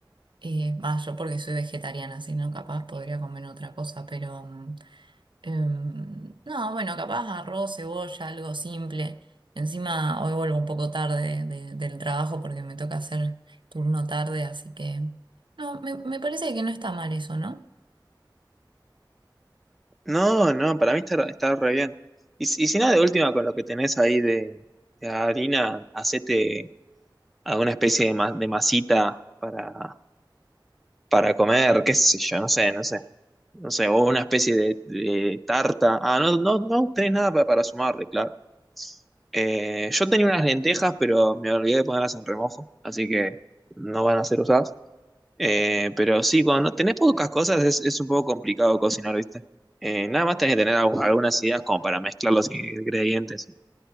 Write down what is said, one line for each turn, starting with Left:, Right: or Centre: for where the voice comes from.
Right: Eh, va, yo porque soy vegetariana, si no, capaz podría comer otra cosa, pero mm, em, no, bueno, capaz arroz, cebolla, algo simple. Encima hoy vuelvo un poco tarde de- del trabajo porque me toca hacer turno tarde, así que no, me, me parece que no está mal eso, ¿no?
Centre: No, no, para mí está, está re bien. Y, si y si no, de última, con lo que tenés ahí de, de harina, hacete alguna especie de, ma- de masita para, para comer, qué sé yo, no sé, no sé. No sé, o una especie de, de tarta. Ah, no, no, no tenés nada para, para sumarle, claro. Eh, yo tenía unas lentejas, pero me olvidé de ponerlas en remojo, así que no van a ser usadas. Eh, pero sí, cuando no tenés pocas cosas es, es un poco complicado cocinar, ¿viste? Eh, nada más tenés que tener al- algunas ideas como para mezclar los ingredientes